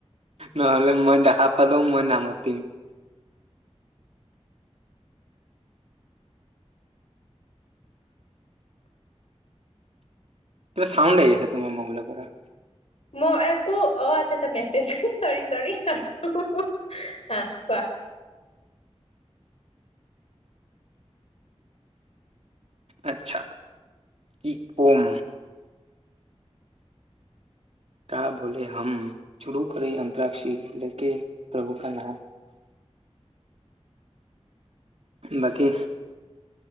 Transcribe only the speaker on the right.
নহলে মই দেখা পালেও মই নামাতিম। কিবা চাউণ্ড লাগি আছে, তোমাৰ ম'বাইলৰপৰা।
আচ্ছা, কি কম ক্যা বোলে হম, শুৰু কৰে আন্ত্ৰাক্ষী, লেকে প্ৰভু কা নাম। বাকী